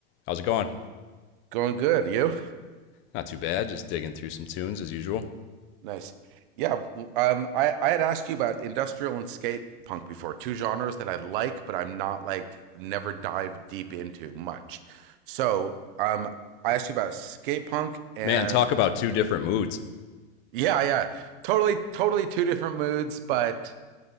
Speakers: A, on the left; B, on the right.
A: How's it going?
B: Going good, you?
A: Not too bad, just digging through some tunes as usual.
B: Nice. Yeah, um, I, I had asked you about industrial and skate punk before, two genres that I like, but I'm not like never dive deep into much. So um, I asked you about skate punk and
A: Man, talk about two different moods.
B: yeah, yeah, totally, totally two different moods, but